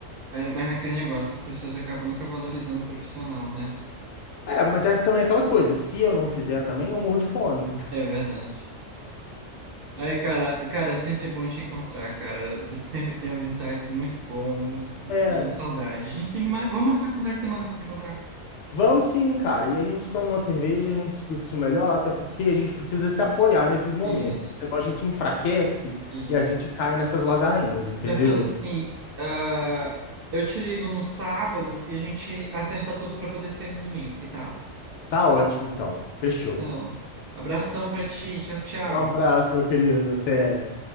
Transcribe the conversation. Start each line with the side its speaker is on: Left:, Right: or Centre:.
Right: É, mas é aquele negócio, as pessoas acabam nunca valorizando o profissional, né?
Left: É, mas é também aquela coisa. Se eu não fizer também, eu morro de fome.
Right: É verdade. Ai, cara, cara, é sempre bom te encontrar, cara. Tu sempre tem uns insights muito bons.
Left: <laughs>
Right: Cara, saudade. A gente tem que mar... Vamos marcar um final de semana pra se encontrar.
Left: Vamos sim, cara. E a gente toma uma cerveja, a gente discute isso melhor, até porque a gente precisa se apoiar nesses momentos,
Right: Isso,
Left: porque senão a gente enfraquece
Right: isso.
Left: e a gente cai nessas ladainhas, entendeu?
Right: Então faz assim, ah, eu te ligo no sábado e a gente acerta tudo pra poder sair no domingo, que tal?
Left: Tá ótimo, então. Fechou.
Right: Pois então, abração pra ti, tchau, tchau.
Left: Um abraço, meu querido. Até.